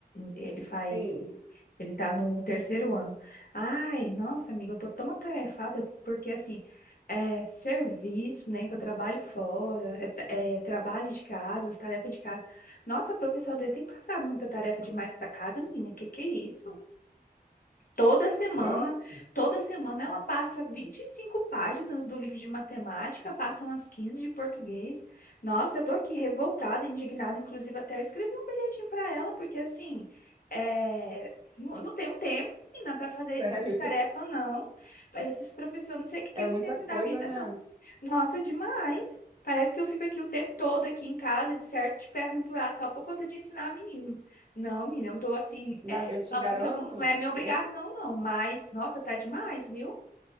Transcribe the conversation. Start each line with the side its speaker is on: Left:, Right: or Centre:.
Left: Ele faz,
Right: sim.
Left: ele tá no terceiro ano. Ai, nossa, amiga, eu tô tão atarefada porque, assim, é serviço, né? Que eu trabalho fora, é, tra- é trabalho de casa, as tarefas de casa. Nossa, o professor dele tem passado muita tarefa demais pra casa, menina, que que é isso? Toda semana,
Right: Nossa, <laughs>
Left: toda semana ela passa 25 páginas do livro de matemática, passa umas 15 de português. Nossa, eu tô aqui revoltada, indignada, inclusive até eu escrevi um bilhetinho para ela, porque assim, é, não, não tenho tempo, e não para fazer isso
Right: sério.
Left: de tarefa, não. Esses professores, não sei o que que
Right: É
Left: eles
Right: muita
Left: pensam
Right: coisa,
Left: da vida,
Right: né?
Left: não. Nossa, demais. Parece que eu fico aqui o tempo todo, aqui em casa, de certo, de perna pro ar, só por conta de ensinar a menina. Não, menina, eu tô assim,
Right: Na,
Left: é,
Right: eu te
Left: falando
Right: garanto,
Left: que eu não, não é minha obrigação,
Right: hein?
Left: não, mas, nossa, tá demais, viu?